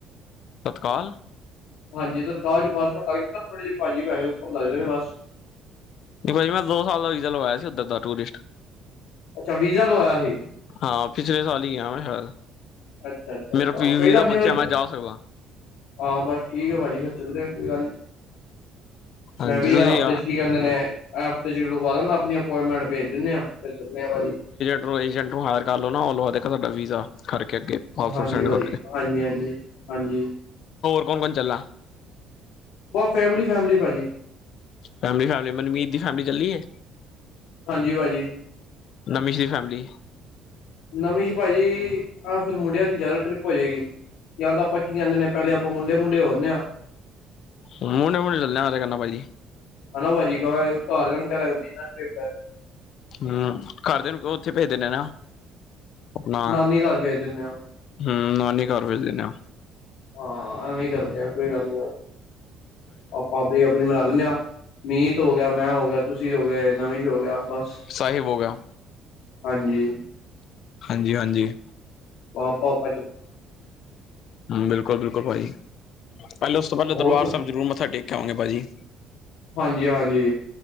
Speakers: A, on the left; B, on the left.
A: ਤਤਕਾਲ।
B: ਹਾਂ ਤੇ ਦਕਾਹ ਚ ਪਾਸਪੋਟ ਲੱਗ, ਜਾਂ ਥੋੜੇ ਜੇ ਭਾਜੀ ਵੈੇ ਉੱਪਰ ਲਗਦੇ ਨੇ ਬਸ
A: ਨਹੀਂ ਭਾਜੀ ਮੈਂ ਦੋ ਸਾਲ ਵੀਜ਼ਾ ਲਵਾਇਆ ਸੀ, ਉੱਧਰ ਦਾ ਟੂਰਿਸਟ।
B: ਅੱਛਾ ਵੀਜ਼ਾ ਲਇਆ ਸੀ।
A: ਹਾਂ ਪਿਛਲੇ ਸਾਲ ਹੀ ਗਿਆ,
B: ਅੱਛਾ ਅੱਛਾ ਅੱਛਾ
A: ਮੇਰਾ ਵੀਹ
B: ਕੋਈ ਗੱਲ
A: ਦਾ ਬੱਚਾ
B: ਨੀ ਫਿਰ ਤੇ
A: ਮੈਂ ਜਾ ਸਕਦਾ।
B: ਹਾਂ ਬਸ ਠੀਕ ਹੈ, ਭਾਜੀ ਫਿਰ ਚੱਲੂਗੇ ਕੋਈ ਗੱਲ ਨ
A: ਹਾਂਜੀ
B: ਮੈਂ ਵੀ
A: ਤੁਸੀਂ
B: ਆ ਹਫ਼ਤੇ ਚ' ਕੀ ਕਹਿੰਦੇ ਨੇ ਹਫ਼ਤੇ ਚ' ਲਗਵਾ ਦਿੰਦਾ ਆਪਣੀ ਅਪਾਰਟਮੈਂਟ ਭੇਜ ਦਿਨੇ ਆ ਫੇਰ ਚੱਲੇ ਭਾਜੀ
A: ਉਦਰੋ ਏਜੰਟ ਨੂੰ ਹਾਇਰ ਕਰ ਲਉ, ਨਾ ਉਹ ਲਵਾ ਦੇਗਾ ਤੁਹਾਡਾ ਵੀਜ਼ਾ। ਖਰਕੇ ਹਸੂਡ
B: ਹਾਂਜੀ
A: ਸੈਡ
B: ਭਾਜੀ
A: ਹੋਰ
B: ਹਾਂਜੀ ਹਾਂਜੀ ਹਾਂਜੀ
A: ਕੋਣ-ਕੋਣ ਚੱਲਾ।
B: ਬਸ ਫੈਮਿਲੀ-ਫੈਮਿਲੀ ਭਾਜੀ।
A: ਫੈਮਿਲੀ-ਫੈਮਿਲੀ ਮਨਮੀਤ ਦੀ ਫੈਮਿਲੀ ਚੱਲੀ ਹੈ।
B: ਹਾਂਜੀ ਭਾਜੀ
A: ਨਮੀਸ਼ ਦੀ ਫੈਮਿਲੀ।
B: ਨਵੀਂਸ ਭਾਜੀ ਆਹ ਫਿਰ ਮੁੰਡਿਆਂ ਦੀ ਜ਼ਿਆਦਾ ਟ੍ਰਿਪ ਹੋ ਜਾਏਗੀ। ਜਾਂ ਤਾਂ ਆਪਾਂ ਕੀ ਕਹਿੰਦੇ ਹਾਂ, ਪਹਿਲੇ ਆਪਾਂ ਮੁੰਡੇ ਮੁੰਡੇ ਹੁੰਦੇ ਹਾਂ।
A: ਮੁੰਡੇ-ਮੁੰਡੇ ਚੱਲਿਆ ਮੈਂ ਤਾਂ ਕਹਿੰਨਾਂ ਭਾਈ ਜੀ।
B: ਹਨਾ, ਭਾਜੀ ਕਿਉਂ ਘਰਦਿਆਂ ਨੂੰ ਕਹਿ ਦਿਆਂਗੇ ਬਿਜ਼ਨਸ ਟ੍ਰਿਪ ਹੈ।
A: ਹੂੰ ਘਰਦਿਆ ਨੂੰ ਕਹੂੰ ਉੱਥੇ ਭੇਜ ਦਿੰਨੇ ਆ ਨਾ।
B: ਨਾਨੀ ਘਰ ਭੇਜ ਦਿੰਦੇ ਹਾਂ
A: ਹੂੰ ਨਾਨੀ ਘਰ ਭੇਜ ਦਿੰਨਾ ਆ।
B: ਹਾਂ ਐਵੇਂ ਕਰਦੇ ਆ ਕੋਈ ਗੱਲ ਨੀ ਭਾਜੀ ਆਪਾਂ ਆਪਣੀ ਆਪਣੀ। ਤਾਨਿਆ, ਮੀਂਹਤ ਹੋ ਗਿਆ, ਮੈਂ ਹੋ ਗਿਆ, ਤੁਸੀਂ ਹੋ ਗਏ, ਨਵਿਸ਼ ਹੋ ਗਿਆ ਬਸ।
A: ਸਾਹਿਬ ਹੋ ਗਿਆ।
B: ਹਾਂਜੀ।
A: ਹਾਂਜੀ, ਹਾਂਜੀ।
B: ਮਾਂ ਬਾਪ।
A: ਹਾਂ ਬਿਲਕੁਲ-ਬਿਲਕੁਲ ਭਾਜੀ। ਪਹਿਲੇ ਉਸ ਤੋਂ ਪਹਿਲੇ ਦਰਬਾਰ
B: ਹੋਰ ਸੁ-
A: ਸਾਹਿਬ ਜ਼ਰੂਰ ਮੱਥਾ ਟੇਕ ਕੇ ਆਵਾਂਗੇ ਭਾਜੀ।
B: ਹਾਂਜੀ, ਹਾਂਜੀ।